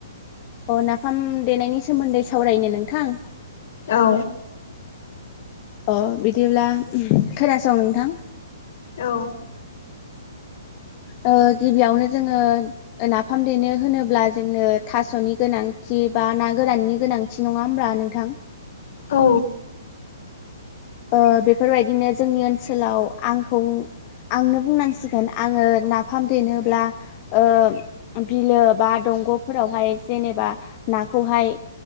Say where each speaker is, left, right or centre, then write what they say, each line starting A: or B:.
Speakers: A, on the left (about 30°); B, on the left (about 55°).
A: अ नाफाम देनायनि सोमोन्दै सावरायनो नोंथां।
B: औ
A: अ बिदिब्ला खोनासं नोंथां
B: औ
A: ओ गिबियावनो जोङो नाफाम देनो होनोब्ला जोंनो थास'नि गोनांथि बा ना गोराननि गोनांथि नङा होमब्ला नोंथां
B: औ
A: ओ बेफोरबायदिनो जोंनि ओनसोलाव आंखौ आंनो बुंनांसिगोन आङो नाफाम देनो ओ बिलो बा दंग'फोरावहाय जेनेबा नाखौहाय